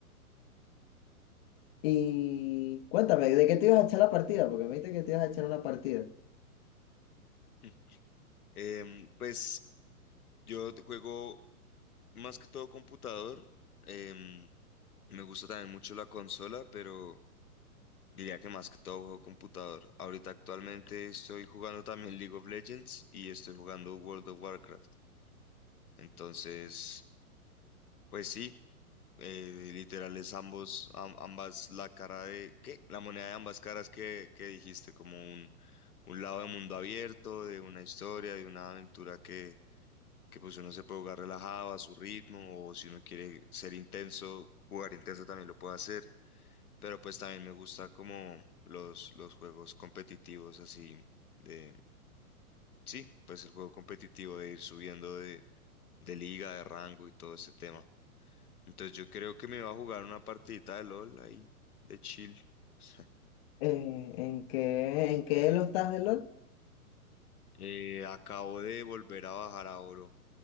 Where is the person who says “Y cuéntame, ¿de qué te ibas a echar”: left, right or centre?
Left